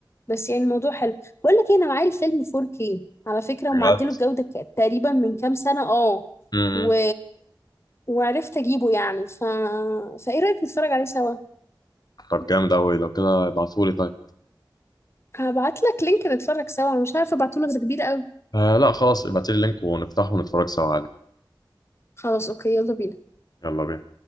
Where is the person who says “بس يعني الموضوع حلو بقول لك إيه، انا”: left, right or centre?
Left